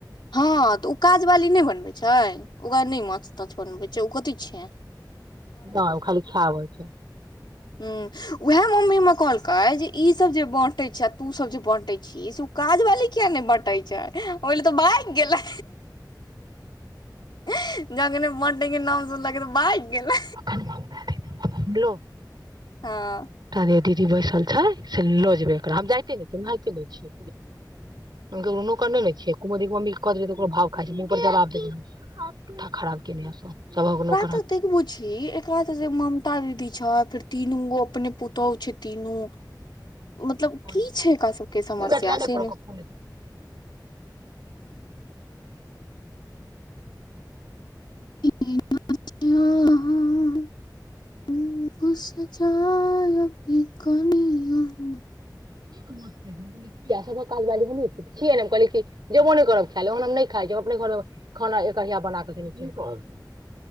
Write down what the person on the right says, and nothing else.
नई ऊ खाली खै अबई छै
अखन ममता दीदी
जे दीदी बैसल छै से लऽ जेबे एकरा हम जाईते नै छियै हम नहाईते नै छियै हम केकरो नोकर नैने छियै कुमुद दीदी के मम्मी के कऽ देलियई त ओकरो भाव खाइ छै मुंह पर जवाब देबै हम। माथा खराब केने यै सब सभहक नौक
<unintelligible> दू
मिनट लाईने
पर रह
ओकर फोन ऐत <inaudible>
<unintelligible> कियै सभहक काजबाली हमहीं छि, छियै नै कहलियई कि जेबो नै करब खाय ले ओहन हम नहि खायछी हम अपने घर खाना एक अढिया बनााकऽ रखने छी। की कहल,